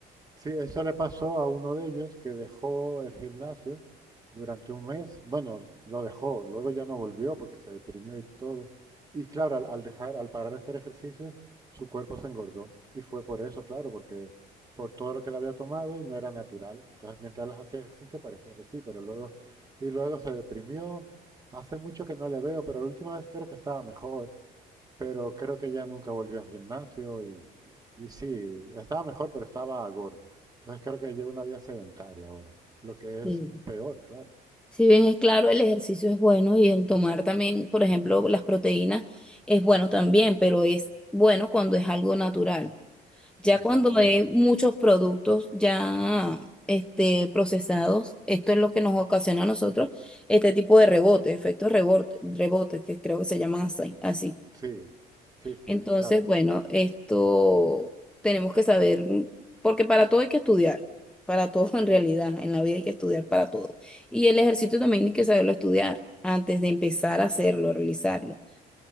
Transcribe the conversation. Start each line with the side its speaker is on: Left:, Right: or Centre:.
Right: Sí, eso le pasó a uno de ellos que dejó el gimnasio durante un mes. Bueno, lo dejó, luego ya no volvió porque se deprimió y todo. Y claro, al, al dejar, al parar de hacer ejercicio, su cuerpo se engordó. Y fue por eso, claro, porque por todo lo que le había tomado y no era natural. Entonces, mientras él hacía ejercicio parecía que sí, pero luego, y luego se deprimió. Hace mucho que no le veo, pero la última vez creo que estaba mejor. Pero creo que ya nunca volvió al gimnasio y, y sí, estaba mejor, pero estaba gordo. Entonces creo que lleva una vida sedentaria ahora, lo que
Centre: Sí.
Right: es peor, claro.
Centre: Si bien es claro, el ejercicio es bueno y el tomar también, por ejemplo, las proteínas es bueno también, pero es bueno cuando es algo natural. Ya
Right: Exactamente.
Centre: cuando hay muchos productos ya este, procesados, esto es lo que nos ocasiona a nosotros este tipo de rebote, efectos rebote, rebotes que creo que se llaman así, así.
Right: Sí, sí, sí,
Centre: Entonces,
Right: claro.
Centre: bueno, esto tenemos que saber, porque para todo hay que estudiar, para todo en realidad, en la vida hay que estudiar para todo. Y el ejercicio también hay que saberlo estudiar antes de empezar a hacerlo, realizarlo.